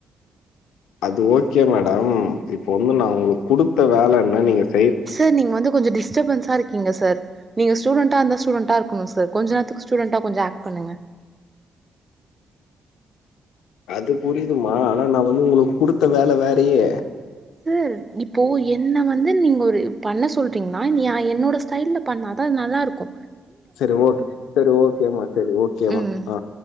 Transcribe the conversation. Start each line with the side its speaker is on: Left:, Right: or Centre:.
Left: அது ஓகே மேடம் இப்ப வந்து நா உங்களுக்கு குடுத்த வேல என்ன நீங்க செ
Right: சேர் நீங்க வந்து கொஞ்சோ டிஸ்டர்பன்ஸா இருக்கீங்க சர் நீங்க ஸ்டூடண்டா அந்த ஸ்டூடண்டா இரு க்குணு சர் கொஞ்சோ நேரத்துக்கு ஸ்டூடண்டா கொஞ்சொ ஆக்ட் பண்ணுங்க
Left: அது புரிதுமா ஆனா நா வந்து உனக்கு குடுத்த வேல வேறயே
Right: சேர் இப்போ என்ன வந்து நீங்க ஒரு பண்ண சொல்றீங்ன்னா நீ அ என்னோட ஸ்டைல்ல பண்ணாதா அது நல்லாருக்கு
Left: செரி ஓகே செரி ஓகேமா செரி ஓகேம்மா
Right: ம்
Left: ஆ